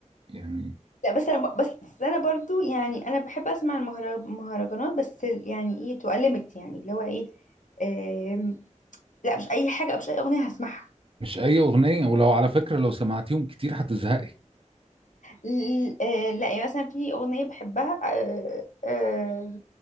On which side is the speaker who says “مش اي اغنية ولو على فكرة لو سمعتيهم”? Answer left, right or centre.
Right